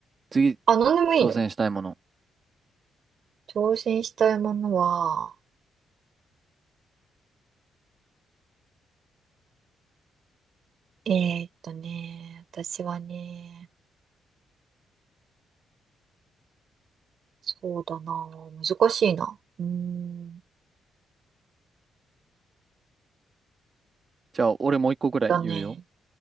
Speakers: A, on the right; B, on the right.
A: 次、
B: あ、なんでもいいの
A: 挑戦したいもの。
B: 挑戦したいものは、えーっとね、私はね、そうだな。難しいな。うーん。
A: じゃあ、俺もう一個ぐらい言うよ。
B: だね。